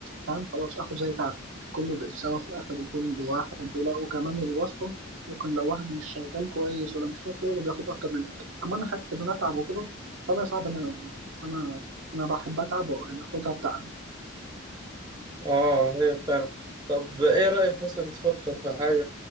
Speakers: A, on the right (about 65°); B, on the right (about 20°).
A: فاهم خلاص اخد زي تعب كله بقت سوا في الاخر وكل واحد ولا وكمان الواسطه ممكن لو واحد مش شغال كويس ولا مش شايف شغله بياخد اكتر منك اما انا حتى ان انا اتعب وكده فانا صعب انا انا انا بحب اتعب وانا اخدها بتعب
B: اه هي فعلا طب ايه رأيك مثلا تفكر في حاجة